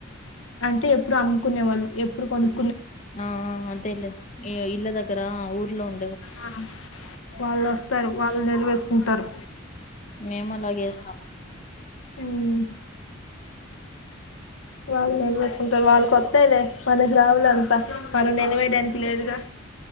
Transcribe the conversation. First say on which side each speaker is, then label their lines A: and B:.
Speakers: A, on the left; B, on the left.
A: అంటే ఎప్పుడు అమ్ముకునే వాళ్ళు ఎప్పుడు కొను
B: ఆ అదేలే ఇల్ల దగ్గరా ఊర్లో ఉం
A: ఆ వాళ్ళు వస్తారు వాళ్ళు నిలవేసుకుంటారు
B: మేము అలాగే ఏస్తాం
A: ఉమ్ వాళ్ళు నిలవేసుకుంటారు వాళ్ళు కొత్తాయిలే మన రావులే అంత మనం నిలవేయడానికి లేదుగా